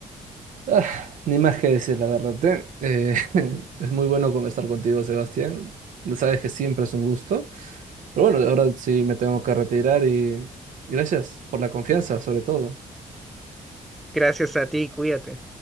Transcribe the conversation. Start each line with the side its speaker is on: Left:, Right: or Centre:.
Right: Ah, ni más que decir, la verdad. ¿eh? Eh, <laughs> es muy bueno conversar contigo, Sebastián. Sabes que siempre es un gusto. Pero bueno, ahora sí me tengo que retirar y gracias por la confianza, sobre todo.
Centre: Gracias a ti, cuídate.